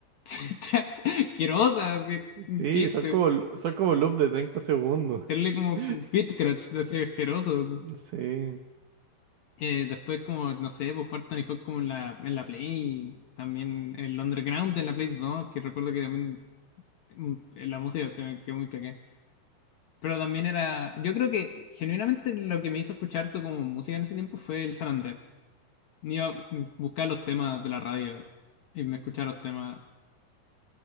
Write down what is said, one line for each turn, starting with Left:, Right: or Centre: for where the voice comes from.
Left: <laughs> asquerosa, así, un
Right: Sí,
Left: chiste.
Right: son como, son como loops de 30 segundos.
Left: Tenerle como
Right: <laughs>
Left: beat crunch, así, asqueroso. así.
Right: Sí.
Left: Eh, después como, no sé, pues jugar Tony Hawk como en la, en la Play, también el Underground en la Play 2, que recuerdo que también mm, la música se me quedó muy pegada. Pero también era, yo creo que genuinamente lo que me hizo escuchar todo como música en ese tiempo fue el San Andrés. Iba a buscar los temas de la radio y me escuchaba los temas